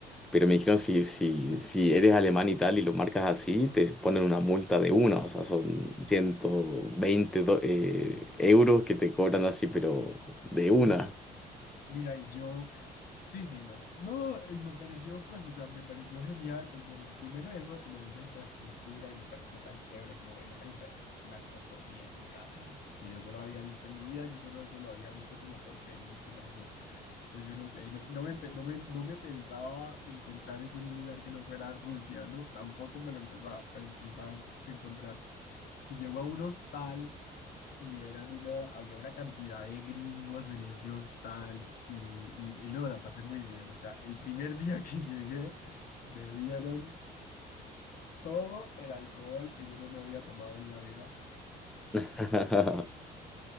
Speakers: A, in the centre; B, on the left.
A: Pero me dijeron, si, si, si eres alemán y tal y lo marcas así, te ponen una multa de una, o sea, son 120 do- eh, euros que te cobran así, pero de
B: Uf,
A: una.
B: Mira, y yo, sí, sí, no. No, y me pareció, pues, o sea, me pareció genial, pues bueno, primero eso, como de esa infraestructura, y me pareció tan chévere como ver esa infraestructura como soviética, que yo solo había visto en mi vida, yo solo eso lo había visto como por películas o Pues yo no sé, y no, no me, empe- no me, no me pensaba encontrar eso en un lugar que no fuera Rusia, ¿no? Tampoco me lo empezaba, pe- pensaba encontrar. Llego a un hostal y eran una, había una cantidad de gringos en ese hostal y, y, y no, la pasé muy bien. O sea, el primer día <laughs> que llegué me dieron todo el alcohol que yo no me había tomado en la vida.
A: <laughs>